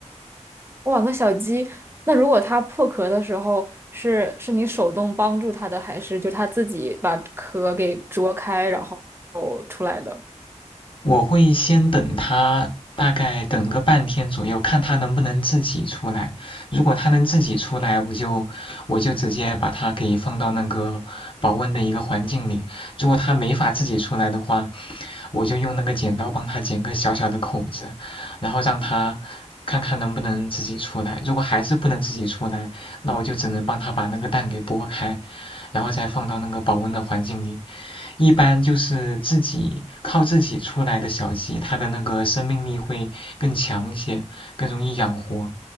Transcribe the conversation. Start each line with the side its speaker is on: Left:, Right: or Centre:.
Right: 哇，那小鸡，那如果它破壳的时候，是是你手动帮助它的，还是就它自己把壳给啄开，然后出来的？
Left: 我会先等它，大概等个半天左右，看它能不能自己出来。如果它能自己出来，我就我就直接把它给放到那个保温的一个环境里。如果它没法自己出来的话，我就用那个剪刀帮它剪个小小的口子，然后让它看看能不能自己出来。如果还是不能自己出来，那我就只能帮它把那个蛋给剥开，然后再放到那个保温的环境里，一般就是自己靠自己出来的小鸡，它的那个生命力会更强一些，更容易养活。